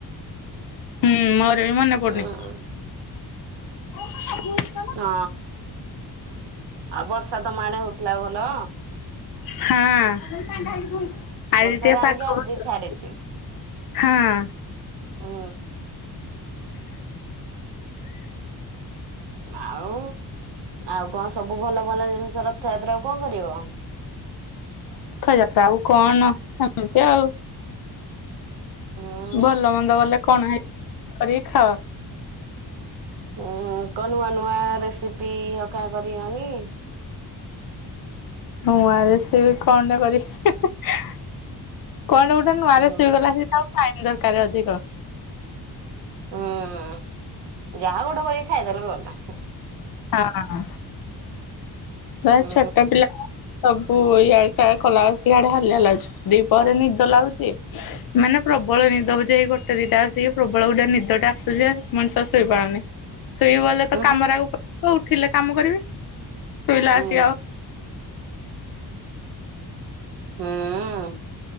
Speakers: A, on the left; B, on the right.
A: ହୁଁ ମୋର ବି ମନେ ପଡୁନି।
B: ହଁ
A: <unintelligible>
B: ହଁ ଆଉ ବର୍ଷା ତମ ଆଡେ ହଉଥିଲା ଭଲ?
A: ହଁ ଆଜି
B: ବର୍ଷା
A: ଟିକେ
B: ଜାଣିକି
A: ପାଗ
B: ଆଜି
A: <unintelligible>
B: ଛାଡିଛି
A: ହଁ।
B: ହୁଁ। ଆଉ ଆଉ କଅ ସବୁ ଭଲ ଭଲ ଜିନିଷ ରଥଯାତ୍ରା କଅ କରିବ?
A: ରଥଯାତ୍ରା ଆଉ କଣ ଏମିତି ଆଉ।
B: ହୁଁ।
A: ଭଲ ମନ୍ଦ ବଲେ କଣ ହେଇ କରିକି ଖାଅ।
B: ଉଁ କ ନୂଆ ନୂଆ ରେସିପି ହକା କରିିବନି?
A: ନୂଆ ରେସିପି କଣଟା କରିବି କଣଟା ଗୋଟେ ନୂଆରେସିପି
B: ହୁଁ
A: ଗଲା ଆଉ ଫାଇନ ଦରକାର ଅଧିକ।
B: ହୁଁ ଯାହା ଗୋଟେ କରିକି ଖାଇଦେଲେ ଗଲା।
A: ହଁ ବାସ୍
B: ହୁଁ
A: ଛୋଟ ପିଲା ସବୁ ଇଆଡେ ସିଆଡେ କଲାବଳକୁ ଇଆଡେ ହାଲିଆ ଲାଗୁଛି ଦିପହରେ ନିଦ ଲାଗୁଛି। ମାନେ ପ୍ରବଳ ନିଦ ହଉଛି ଏଇ ଗୋଟେ ଦିଟା ଆସିକି ପ୍ରବଳ ଗୋଟେ ନିଦ ଟା ଆସୁଛି ଯେ ମଣିଷ ଶୋଇପାରୁନି। ଶୋଇବ ବଲେ ତ
B: ହୁଁ
A: କାମରାକୁ ପଡ଼ିଥିବ ଉଠିଲେ କାମ କରିବି ଶୋଇଲା
B: ହୁଁ
A: ଆସି ଆଉ
B: ହଁ ଅଁ